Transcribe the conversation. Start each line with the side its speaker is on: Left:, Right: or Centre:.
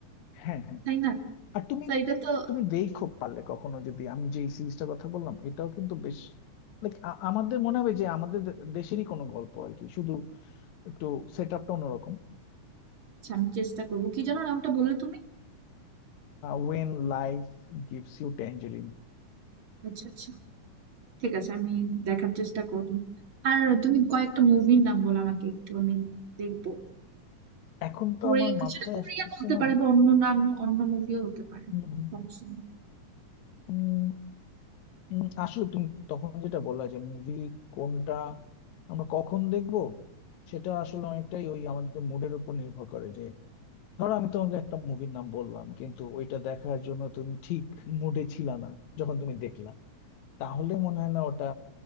Left: হ্যাঁ হ্যাঁ
Right: তাই না
Left: আর তুমি
Right: তো এটা তো
Left: তুমি দেখো পারলে কখনো যদি আমি যে সিরিজটার কথা বললাম এটাও কিন্তু বেশ লাইক আমাদের মনে হবে যে আমাদের দে- দেশেরই কোনো গল্প আর কি শুধু একটু সেট আপটা অন্যরকম
Right: আচ্ছা আমি চেষ্টা করবো কি যেন নামটা বললে তুমি
Left: When life gives you tangerine
Right: আচ্ছা আচ্ছা ঠিক আছে আমি দেখার চেষ্টা করবো আর তুমি কয়েকটা মুভির নাম বলো আমাকে একটু আমি দেখবো
Left: এখন তো
Right: কোরি
Left: আমার মাথায়
Right: সেটা কোরিয়ান
Left: আসতেছে
Right: হতে
Left: না
Right: পারে বা অন্য নাম অন্য মুভিও হতে পারে
Left: হুম,
Right: সমস্যা নেই।
Left: উম, উম, আসলে তুমি তখন যেটা বললা যে মুভি কোনটা আমরা কখন দেখবো সেটা আসলে অনেকটাই ওই আমাদের মুডের উপর নির্ভর করে ধরো আমি তোমাকে একটা মুভির নাম বললাম কিন্তু ওইটা দেখার জন্য তুমি ঠিক মুডে ছিল না যখন তুমি দেখলা তাহলে মনে হয় না ওটা